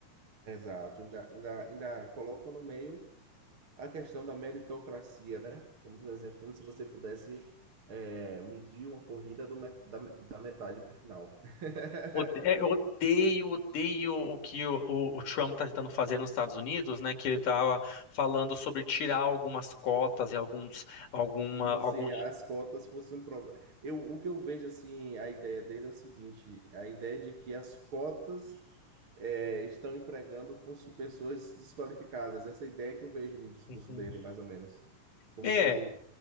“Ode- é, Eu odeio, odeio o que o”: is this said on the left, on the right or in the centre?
Left